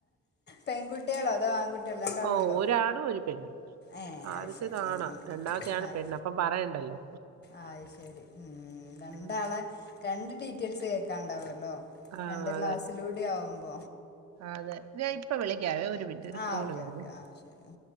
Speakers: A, on the left; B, on the right.
A: പെൺകുട്ട്യേളോ അതോ ആൺകുട്ട്യേളോ രണ്ടാളുണ്ടോ
B: ഓ ഒരാണും ഒരു പെണ്ണും
A: ഏ
B: ആദ്യത്തേതാണാ
A: അഅ് ശെരി ഉം ഉം
B: രണ്ടാമത്തെയാണ് പെണ്ണ് അപ്പം പറയണ്ടല്ലോ
A: അഅ് ശെരി ഉം ഉം രണ്ടാളെ
B: ഉം.
A: രണ്ട് ഡീറ്റേൽസ് കേക്കാണ്ടാവ ല്ലോ
B: ആ
A: രണ്ട് ക്ലാസ്സിലൂടെ
B: അതെ
A: ആവു
B: അതെ ഞാൻ ഇപ്പൊ വിളിക്കാവേ ഒരു മിനിറ്റ് ഒരു
A: ആഹ്
B: കോള്
A: ഓക്കെ
B: വരുന്നെ
A: ഓക്കെ ആഹ് ശരി